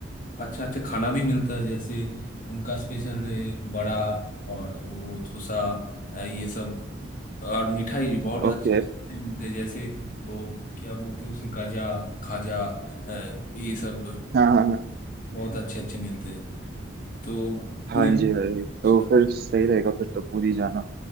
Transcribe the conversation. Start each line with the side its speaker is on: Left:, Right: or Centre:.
Left: अ, अच्छा अच्छा खाना भी मिलता है जैसे उनका स्पेशल है बड़ा और वो थोसा अ, ये सब और मिठाई बहुत अच्छे
Right: ओके
Left: अच्छे मिठाई मिलते हैं जैसे वो क्या बोलते हैं उसे गजा खाजा अ, ये सब
Right: हाँ हाँ हाँ
Left: बहुत अच्छे अच्छे मिलते हैं तो
Right: हाँ
Left: पुरी
Right: जी भाई तो
Left: हाँ
Right: फिर सही रहेगा फिर तो पूरी जाना